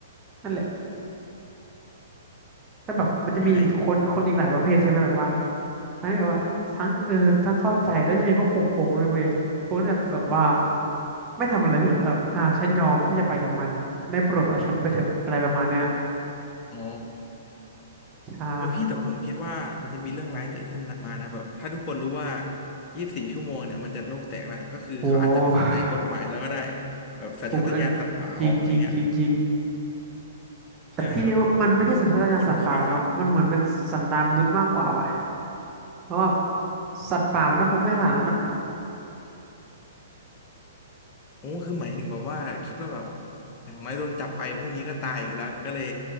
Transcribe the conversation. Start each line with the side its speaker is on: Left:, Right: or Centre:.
Right: นั่นแหละ แต่แบบมันจะมีคนคนอีกหลายประเภทใช่ไหมแบบว่า
Left: ใช่
Right: อันนี้แบบว่าทั้งเออทั้งเข้าใจแล้วจะมีพวกโปงโปงด้วยเว้ยโปงเนี่ยแบบว่าไม่ทำอะไรเลยครับอ่าฉันยอมที่จะไปกับมันได้โปรดเอาฉันไปเถอะอะไรประมาณเนี้ย
Left: อ๋อ
Right: ใช่
Left: เออพี่แต่ผมคิดว่ามันจะมีเรื่องร้ายเกิดขึ้นมานะแบบถ้าทุกคนรู้ว่ายี่สิบสี่ชั่วโมงเนี่ยมันจะโลกแตกละก็คือเขาอาจจะไม่สนใจกฎหมายแล้วก็ได้
Right: โอ้
Left: แบบสัญชาตญาณสัตว์ป่าออกอย่างเงี้ย
Right: ถูกอันจริงจริงจริงจริงแต่พี่เรียกว่ามันไม่ใช่สัญชาตญาณสัตว์ป่าเนาะมันเหมือนเป็นสันดานมนุษย์มากกว่าว่ะ
Left: ใช่ไหมแบบโอ้โหบุกปล้นฆ่า
Right: เพราะว่าสัตว์ป่ามันก็คงไม่ขนาดนั้นอ่ะ
Left: โอ้คือหมายถึงแบบว่าคิดว่าแบบอย่างน้อยโดนจับไปผู้นี้ก็ตายอยู่แล้วก็เลย